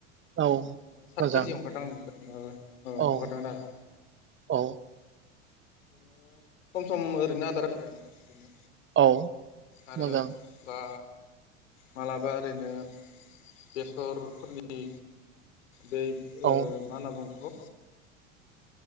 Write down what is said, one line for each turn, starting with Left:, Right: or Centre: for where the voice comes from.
Right: औ
Left: ओरैनो सात
Right: मोजां
Left: के जि हओगारदां नोखो ओ
Right: औ
Left: हगारदों आरो।
Right: औ
Left: <inaudible> सम सम ओरैनो आदार जादों आ ओरैनो।
Right: औ
Left: आरो
Right: मोजां
Left: बा। मालाबा ओरैनो बेसरफोरनि बै
Right: औ
Left: मा होनना बुंङो बिखो?